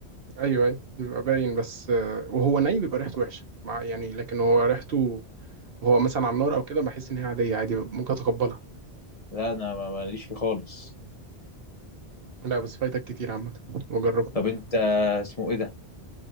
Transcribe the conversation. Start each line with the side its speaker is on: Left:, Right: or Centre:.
Right: ايوه ايوه بيبقى باين بس آه، وهو ني بيبقى ريحته وحشه مع يعني لكن هو ريحته وهو مثلا على النار او كده بحس ان هي عاديه عادي ممكن اتقبلها
Left: لا انا ما- ماليش فيه خالص
Right: لا بس فايتك كتير عامه وجربه
Left: طب انت اسمه ايه ده